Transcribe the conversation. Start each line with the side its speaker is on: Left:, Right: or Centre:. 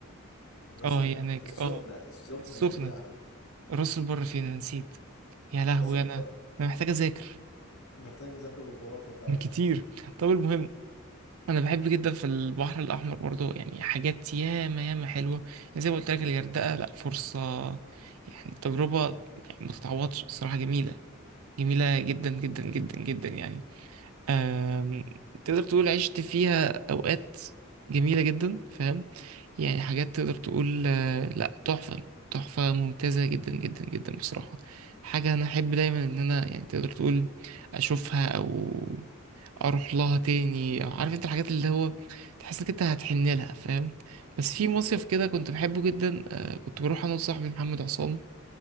Left: الراس
Right: اه
Left: ال-
Right: هي هناك
Left: السخنة
Right: اه
Left: السخنة
Right: السخنه
Left: اللي هي على
Right: راس البر فين أنا نسيت يا لهوي
Left: راس الب...
Right: انا انا محتاج اذاكر
Left: محتاج نذاكر الجغرافيا فعلا
Right: كتير طب المهم انا بحب جدا في البحر الاحمر برضو يعني حاجات ياما ياما حلوه يعني زي ما قلت لك الغردقه لا فرصه يعني تجربه يعني ما تتعوضش الصراحه جميله جميله جدا جدا جدا جدا يعني آم، تقدر تقول عشت فيها أوقات جميلة جدا فاهم يعني حاجات تقدر تقول آه، لا تحفة تحفة ممتازة جدا جدا جدا بصراحة حاجة أنا أحب دايما إن أنا يعني تقدر تقول أشوفها أو أروح لها تاني أو عارف أنت الحاجات اللي هو تحس إنك أنت هتحن لها فاهم بس
Left: بالظبط
Right: في مصيف كده كنت بحبه جدا آه، كنت بروح أنا وصاحبي محمد عصام